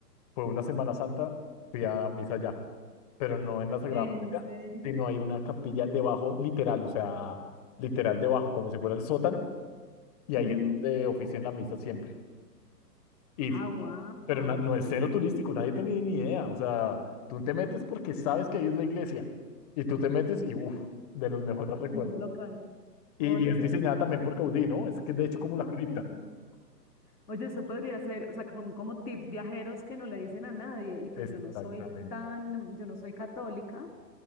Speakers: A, on the left; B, on the left.
A: fue una Semana Santa, fui a misa allá, pero no en la Sagrada
B: ¿En
A: Familia,
B: serio?
A: sino hay una capilla debajo, literal, o sea, literal debajo, como si fuera el sótano, y
B: Ujú.
A: ahí es donde ofician la misa siempre. Y,
B: Ah, wow.
A: pero no, no es cero turístico, nadie tiene ni idea, o sea, tú te metes porque sabes que ahí es la iglesia, y tú te metes y, uff, de los mejores recuerdos.
B: Muy de local.
A: Y,
B: Oye,
A: y es
B: qué
A: diseñada
B: chévere.
A: también por Gaudí, ¿no? Es que de hecho como
B: Ay,
A: la cripta.
B: Oye, eso podría ser, o sea, que son como tips viajeros que no le dicen a nadie. Y pues
A: Exactamente.
B: yo no soy tan, yo no soy católica,